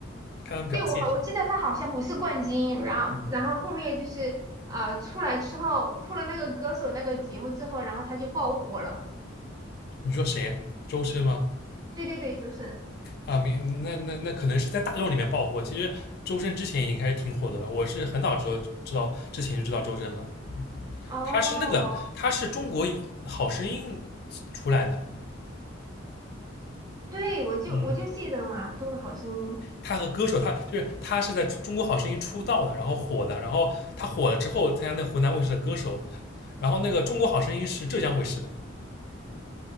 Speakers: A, on the left; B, on the right.
A: 看他们表现。
B: 对，我我记得他好像不是冠军，然后然后后面就是呃出来之后，
A: 嗯，
B: 出了那个歌手那个节目之后，然后他就爆火了。
A: 你说谁？周深吗？
B: 对对对，周深。
A: 啊，没，那那那可能是在大众里面爆火。其实周深之前已经开始挺火的了，我是很早知道知道之前就知道周深了。
B: 哦，
A: 他是那个，他是中国好声音出来的，
B: 对，我就我就记得嘛，
A: 嗯，
B: 《中国好声音》
A: 他和歌手，他就是他是在中国好声音出道的，然后火的，然后他火了之后参加那湖南卫视的歌手，然后那个中国好声音是浙江卫视的，